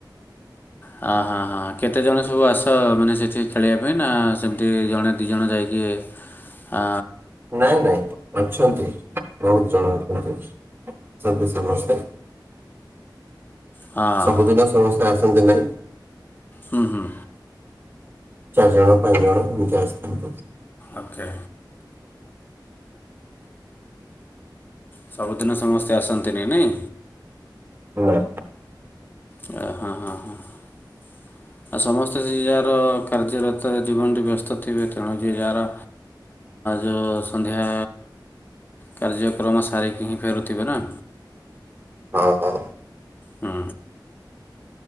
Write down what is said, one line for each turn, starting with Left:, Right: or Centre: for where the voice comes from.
Left: ଆ ହାଁ-ହାଁ-ହାଁ କେତେଜଣ ସବୁ ଆସ ମାନେ ସେଠି ଖେଳିବା ପାଇଁ ନା ସେମିତି ଜଣେ ଦି ଜଣ ଯାଇକି ଆ
Right: ନାଇଁ ନାଇଁ ଅଛନ୍ତି ବହୁତ। ଜଣାଉଛନ୍ତି ସବୁ ସମସ୍ତେ।
Left: ହଁ
Right: ସବୁଦିନ ସମସ୍ୟା ଆ ନ୍ତି ନାହିଁ।
Left: ହୁଁ ହୁଁ।
Right: ଚାରି ଜଣ ପାଞ୍ଚ ଜଣ ନିଜେ ଆସିଥାନ୍ତି।
Left: ଓକେ। ସବୁଦିନ ସମସ୍ତେ ଆସନ୍ତି ନାଇଁ, ନାଇଁ?
Right: ନା।
Left: ଓ ହଁ-ହଁ-ହଁ ଆଉ ସମସ୍ତେ ସେ ଯାହାର କାର୍ଯ୍ୟରତରେ ଜୀବନଟି ବ୍ୟସ୍ତ ଥିବେ ତେଣୁ ଯିଏ ଯାହାର ଯେଉଁ ସନ୍ଧ୍ୟା କାର୍ଯ୍ୟକ୍ରମ ସାରିକି ହିଁ ଫେରୁଥିବେ ନା।
Right: ହ ହ।
Left: ହୁଁ।